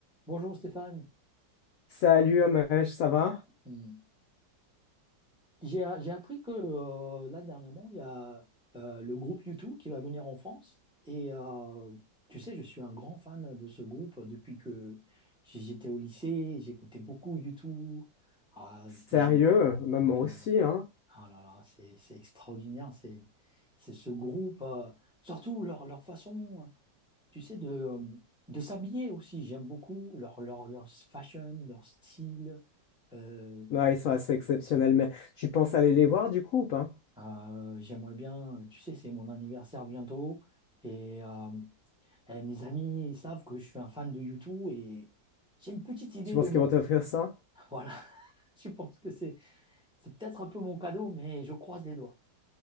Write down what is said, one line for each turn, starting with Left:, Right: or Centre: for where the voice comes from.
Centre: Bonjour Stéphane.
Left: Salut Homesh, ça va?
Centre: Hmm. J'ai j'ai appris que euh, là dernièrement, il y a euh, le groupe U2 qui va venir en France. Et euh, tu sais, je suis un grand fan de ce groupe depuis que j'étais au lycée. J'écoutais beaucoup U2. Ah,
Left: Sérieux?
Centre: j'ai...
Left: Bah, moi
Centre: ouais.
Left: aussi, hein?
Centre: Ah là là, c'est c'est extraordinaire. C'est c'est ce groupe. euh, surtout leur, leur façon, euh, tu sais, de, euh, de s'habiller aussi. J'aime beaucoup leur, leur, leur fashion, leur style. Euh,
Left: Ouais, ils sont assez exceptionnels, mais tu penses aller les voir du coup ou pas?
Centre: Euh, j'aimerais bien, tu sais, c'est mon anniversaire bientôt et, euh, eh, mes amis ils savent que je suis un fan de YouTube et j'ai une petite idée
Left: Tu penses
Centre: de mon...
Left: qu'ils vont
Centre: <laughs>
Left: t'offrir ça?
Centre: Voilà, je pense que c'est c'est peut-être un peu mon cadeau, mais je croise les doigts.